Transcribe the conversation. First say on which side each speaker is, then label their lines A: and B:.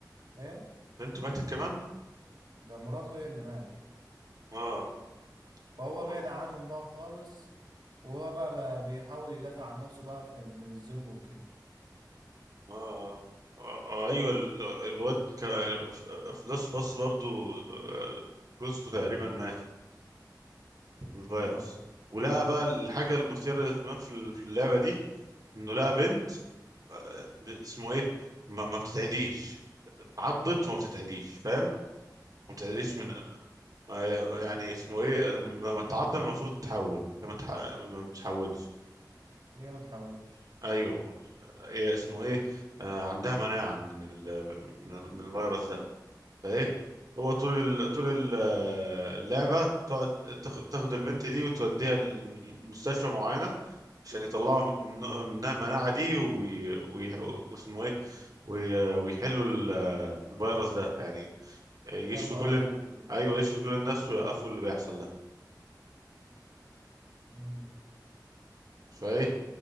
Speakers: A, on the right; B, on the right.
A: ايه
B: بنته ماتت كمان
A: ده مراته هي اللي ماتت
B: اه
A: فهو
B: آه،
A: بعد عنهم بقى خالص وهو بقى, بقى بيحاول يدافع عن نفسه بقى في... من الذنب وكده
B: آه. آه. آه، ايوه ال- آه، الواد ك... في لاست باس برضو آه، جوزته تقريبا ماتت من الفيروس
A: اه
B: ولقى بقى الحاجة المثيرة للاهتمام في ال- في اللعبة دي انه لقى بنت آه، ب- اسمه ايه ما, ما بتتعديش اتعضت وما بتتعديش فاهم ما بتتعديش
A: ايوه
B: من آه، يعني اسمه ايه لما لما تتعض المفروض تتحول لما تح... ما بتتحولش
A: هي ما تحاولتش
B: ايوه هي اسمه ايه آه، عندها مناعة من ال... من من الفيروس ده فايه هو طول ال... طول ال- اللعبه تقعد تاخ- تاخد البنت دي وتوديها لمستشفى معينه عشان يطلعوا من... منها المناعه دي وي... وي... واسمه ايه وي... ويحلوا ال- الفيروس ده يعني يشفوا
A: ياخدوا
B: كل
A: علاج يعني الاسبايس
B: ايوه يشفوا كل الناس ويوقفوا اللي بيحصل ده
A: امم
B: فايه